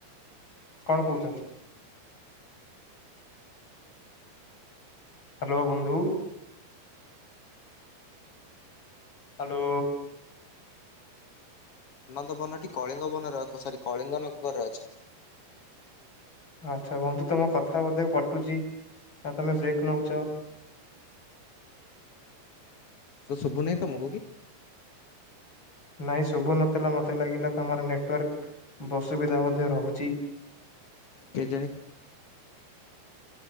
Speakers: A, on the left; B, on the left.
A: କଣ କହୁଛନ୍ତି? ହ୍ୟାଲୋ ବନ୍ଧୁ। ହ୍ୟାଲୋ
B: ଅନନ୍ଦ ବନଟି କଳିଙ୍ଗ ବନରେ ସରି କଳିଙ୍ଗ ନଗରରେ ଅଛି।
A: ଆଚ୍ଛା ବନ୍ଧୁ ତମ କଥା ବୋଧେ କଟୁଛି ନା ତମେ ବ୍ରେକ୍ ନଉଛ?
B: ଶୁଭୁ ନହି ତମକୁ କି?
A: ନହିଁ ଶୁଭୁ ନଥିଲା ମୋତେ ଲାଗିଲା ତମର ନେଟୱାର୍କ ଅସୁବିଧା ମଧ୍ୟ ରହୁଛି।
B: କେଜାଣି